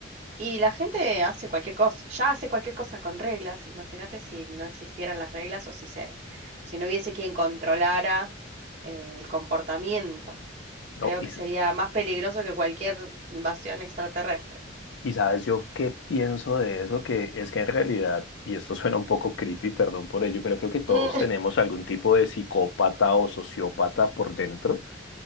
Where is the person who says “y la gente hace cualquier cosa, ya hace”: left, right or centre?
Right